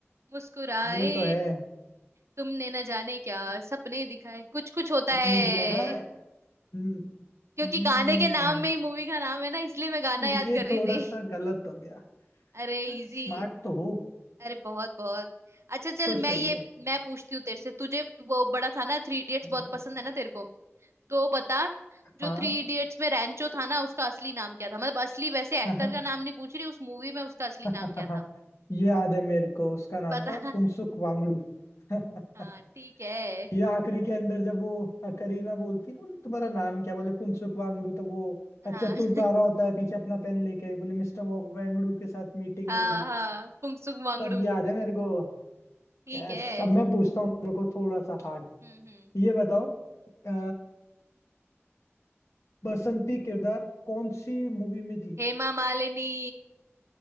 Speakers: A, on the right; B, on the left.
A: मुस्कुराए
B: वो तो है
A: तुमने न जाने क्या सपने दिखाए कुछ कुछ होता
B: अपने
A: है
B: दिखाए हाँ हम्म
A: क्योंकि
B: हम्म,
A: गाने के नाम में ही मूवी का नाम है ना इसलिए मैं गाना याद
B: ये
A: कर रही
B: थोड़ा
A: थी
B: सा गलत हो गया
A: <laughs> अरे इजी
B: स्मार्ट तो हो
A: अरे बहुत बहुत अच्छा चल
B: तो सही
A: मैं ये
B: है
A: मैं पूछती हूँ तेरे से तुझे वो बड़ा था ना थ्री इडियट्स
B: मतलब
A: बहुत पसंद है ना तेरे को तो बता जो
B: हाँ
A: थ्री इडियट्स में रैंचो था ना उसका असली नाम क्या था मतलब असली वैसे एक्टर
B: हाँ
A: का नाम नहीं पूछ रही उस मूवी में उसका असली
B: <laughs>
A: नाम क्या था
B: ये याद है मेरे को उसका नाम
A: पता
B: था फुनसुक वांगडू <laughs>
A: हाँ ठीक है
B: ये आखिरी के अंदर जब वो करीना बोलती तो बोले तुम्हारा नाम क्या बोले फुनसुक वांगडू तो वो
A: हाँ
B: अच्छा तुर जा रहा होता है पीछे अपना पेन लेके बोले मिस्टर वांगडू के साथ मीटिंग
A: हाँ
B: है मेरी
A: हाँ फुंसुक वांगडू
B: सब याद है मेरे को
A: ठीक
B: यस
A: है
B: अब मैं पूछता हूँ देखो थोड़ा सा हार्ड
A: हम्म हम्म
B: ये बताओ अ, बसंती किरदार कौन सी मूवी में थी
A: हेमा मालिनी